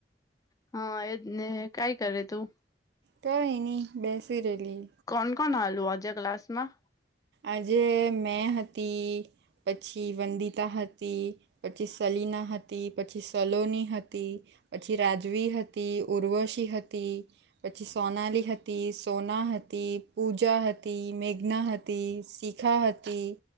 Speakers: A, on the left; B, on the right.
A: હા એજ ને કાઈ કરે તું
B: કાઈ નહીં બેસી રેલી
A: કોણ કોણ હાલુ આજે ક્લાસ માં
B: આજે મેં હતી પછી વંદિતા હતી પછી સલીના હતી પછી સલોની હતી પછી રાધા વી હતી ઉર્વશી હતી. પછી સોનાલી હતી સોના હતી પૂજા હતી મેઘના હત તી શીખા હતી